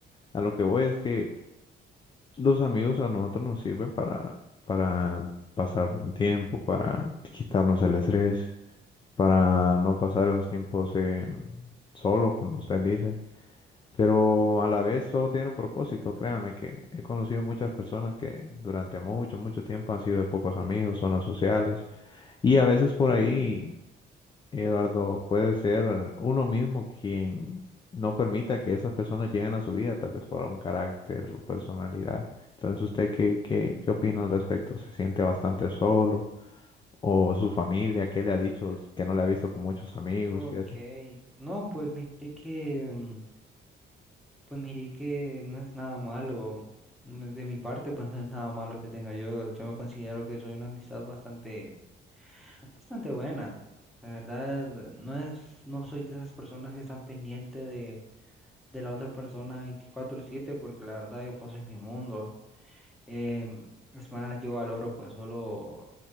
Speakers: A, on the left; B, in the centre.
A: A lo que voy es que los amigos a nosotros nos sirven para, para pasar un tiempo, para quitarnos el estrés, para no pasar esos tiempos eh, solo, como usted dice. Pero a la vez todo tiene un propósito, créame que he conocido muchas personas que durante mucho, mucho tiempo han sido de pocos amigos, zonas sociales, y a veces por ahí, Eduardo, puede ser uno mismo quien no permita que esas personas lleguen a su vida, tal vez por un carácter o personalidad. Entonces, ¿usted qué, qué, qué opina al respecto? ¿Se siente bastante solo? ¿O su familia, qué le ha dicho
B: Eh,
A: que no le ha visto con muchos amigos
B: Ok,
A: y así?
B: no, pues mire que, mm, pues mire que no es nada malo. mm, De mi parte, pues no es nada malo que tenga yo. Yo me considero que soy una amistad bastante, bastante buena. La verdad, no es, no soy de esas personas que están pendientes de, de la otra persona 24/7, porque la verdad yo paso en mi mundo. Em, es más, yo valoro pues solo,